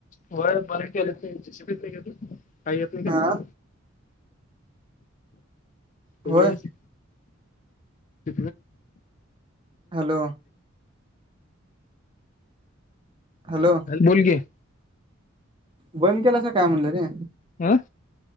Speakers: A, on the left; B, on the right.
A: होय मराठीेत नाही शिप नाही घेत काही येत नाही
B: हा.
A: का कोचघयच
B: होय
A: ते
B: हॅलो हॅलो
A: बोल की
B: बंद केला अस काय म्हणटलं र
A: हं.